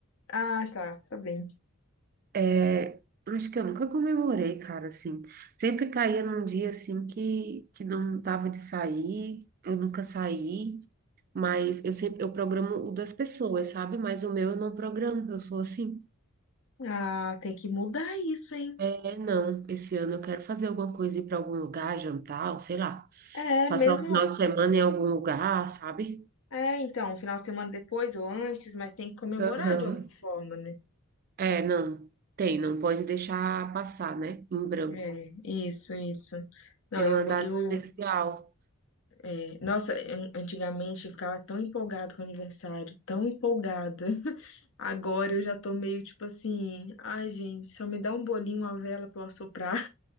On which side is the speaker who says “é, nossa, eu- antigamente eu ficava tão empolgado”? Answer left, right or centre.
Left